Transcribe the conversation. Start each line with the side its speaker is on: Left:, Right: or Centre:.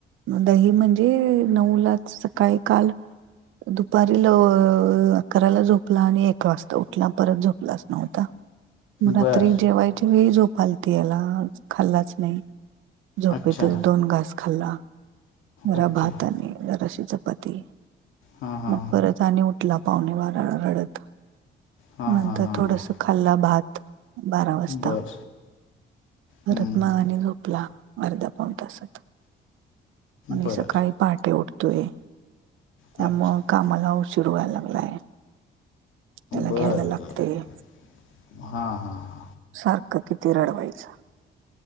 Right: दही म्हणजे, नऊलाच सकाळी काल दुपारी लव अकराला झोपला आणि एक वाजता उठला, परत झोपलाच नव्हता. मग रात्री
Left: बर
Right: जेवायच्या वेळी झोप आलती याला, खाल्लाच नाही. झोपेतच
Left: अच्छा
Right: दोन घास खाल्ला. जरा
Left: ओके
Right: भात आणि जराशी चपाती.
Left: हा हा
Right: मग परत आणि उठला पावणे बाराला रडत,
Left: हां
Right: नंतर
Left: हां हां
Right: थोडंसं
Left: हां
Right: खाल्ला भात बारा वाजता,
Left: बर
Right: परत
Left: हम्म
Right: मग आणि झोपला. अर्धा -पाऊण तासात. आणि
Left: बर
Right: सकाळी पहाटे उठतोय, त्यामुळं
Left: अच्छा
Right: कामाला उशीर व्हायला लागलाय. त्याला
Left: बरं
Right: घ्यायला लागते
Left: बरं, हा हा हा
Right: सारखं किती रडवायचं?